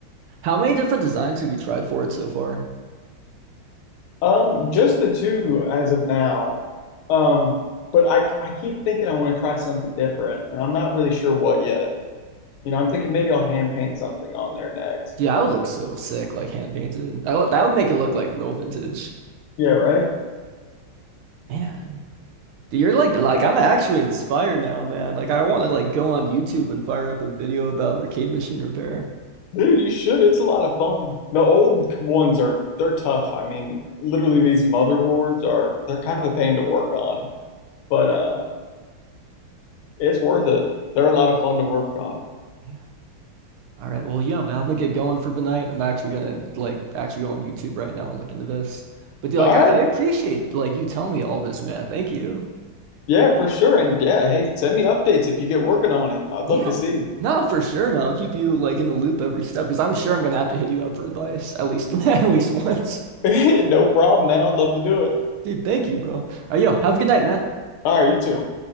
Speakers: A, on the right; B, on the left.
A: How many different designs have you tried for it so far?
B: Um, just the two as of now. Um, but I I keep thinking I want to try something different, and I'm not really sure what yet. You know, I'm thinking maybe I'll hand paint something on there next.
A: Yeah, I would look so sick, like hand painted. That would that would make it look like real vintage.
B: Yeah, right.
A: Man. Dude, you're like like I'm actually inspired now, man. Like I want to like go on YouTube and fire up a video about arcade machine repair.
B: Dude, you should. It's a lot of fun. The old ones are they're tough. I mean, literally these motherboards are they're kind of a pain to work on, but uh it's worth it. They're a lot of fun to work on.
A: Yeah. All right. Well, yeah, man, I'm gonna get going for the night. I'm actually gonna like actually go on YouTube right now and look into this. But dude,
B: All
A: like I,
B: right.
A: I appreciate like you telling me all this, man. Thank you.
B: Yeah, for sure. And yeah, hey, send me updates if you get working on it. I'd
A: Yeah.
B: love to see.
A: No, for sure, man. I'll keep you like in the loop every step because I'm sure I'm gonna have to hit you up for advice at least <laughs> at least once.
B: <laughs> No problem, man. I'd love to do it.
A: Dude, thank you, bro. All right, yo, have a good night, man.
B: All right, you too.